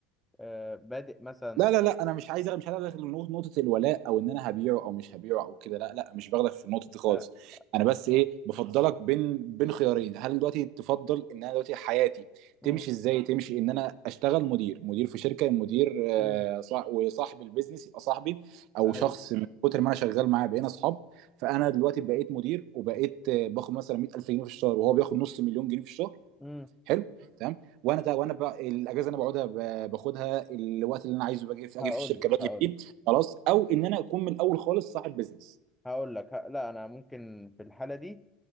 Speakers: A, in the centre; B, on the right.
A: آه، بادئ مثلا
B: لا لا لا انا مش عايز مش عايز ادخل نقطه نقطة الولاء او ان انا هبيعه او مش هبيعه او كده لا لا مش باخدك في النقطه دي خالص
A: آه،
B: انا بس ايه
A: آه،
B: بفضلك بين بين خيارين هل دلوقتي تفضل ان انا دلوقتي حياتي
A: مم،
B: تمشي ازاي تمشي ان انا اشتغل مدير مدير في شركه مدير آه،
A: مم،
B: صاح- وصاحب البيزنس يبقى صاحبي او
A: ايوه
B: شخص من كتر ما انا شغال معاه بقينا اصحاب فانا دلوقتي بقيت مدير وبقيت آه، باخد مثلا 100000 جنيه في الشهر وهو بياخد نص مليون جنيه في الشهر
A: امم
B: حلو تمام وانا تا- وانا بقى الاجازه انا بقعدها ب- باخدها الوقت اللي انا عايزه باجي في
A: هقول
B: اجي في الشركه
A: لك
B: باجي
A: هقول
B: فيه
A: لك
B: خلاص او ان انا اكون من الاول خالص صاحب بزنس
A: هقول لك ه- لا انا ممكن في الحاله دي